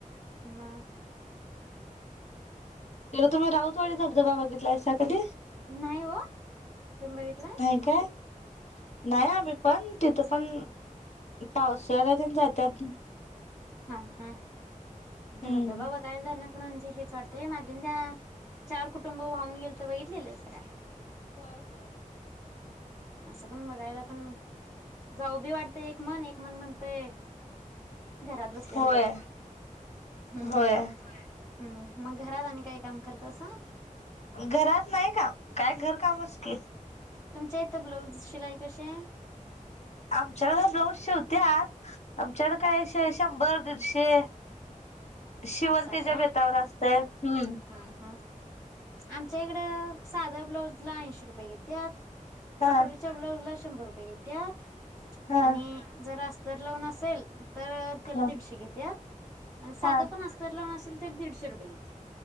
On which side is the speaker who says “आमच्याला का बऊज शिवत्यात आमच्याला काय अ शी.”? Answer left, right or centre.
Left